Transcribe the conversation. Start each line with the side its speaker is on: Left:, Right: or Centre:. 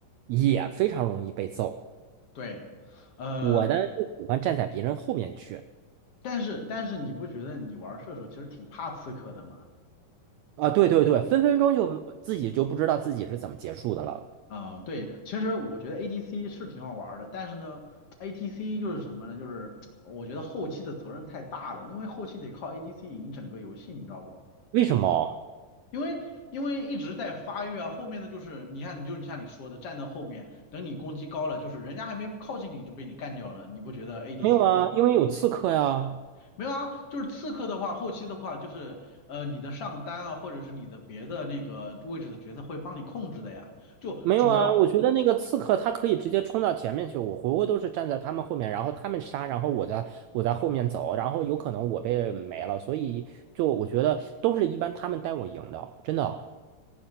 Right: 也非常容易被揍。
Left: 对，呃，
Right: 我呢就喜欢站在别人后面去
Left: 但是但是你不觉得你玩射手其实挺怕刺客的吗？
Right: 啊，对对对，分分钟就自己就不知道自己是怎么结束的了。
Left: 啊、对，其实我觉得 ADC 是挺好玩的，但是呢，ATC 就是什么呢？就是我觉得后期的责任太大了，因为后期得靠 ADC 赢整个游戏，你知道不？
Right: 为什么？
Left: 因为因为一直在发育啊，后面的就是你看，你就像你说的，站在后面，等你攻击高了，就是人家还没靠近你就被你干掉了，你不觉得 ADC
Right: 没有啊，
Left: 后
Right: 因为有刺客呀。
Left: 没有啊，就是刺客的话，后期的话就是呃你的上单啊，或者是你的别的那个位置的角色会帮你控制的呀。就主要
Right: 没有啊，我觉得那个刺客他可以直接冲到前面去，我回回都是站在他们后面，然后他们杀，然后我在我在后面走，然后有可能我被没了，所以就我觉得都是一般他们带我赢的，真的。